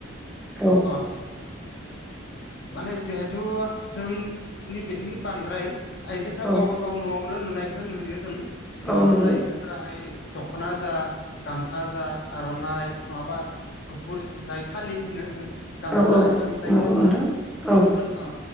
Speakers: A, in the centre; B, on the left (about 60°).
A: औ।
B: अ माने जिहेथु जोंनि बिथिं बांद्राय आइजोफ्रा
A: औ
B: गावबा गाव न'आव नो लुनायखौ नुयो जों न'आवनो
A: औ नंगौ।
B: आइजोफोराहाय दख'ना जा गामसा जा आर'नाइ नङाबा गुफुर जाय फालि होनो जों गामसा
A: औ औ
B: एसामिस जाय
A: नंगौ
B: गामसा
A: नोंथां
B: बेफोरखौ
A: औ
B: अ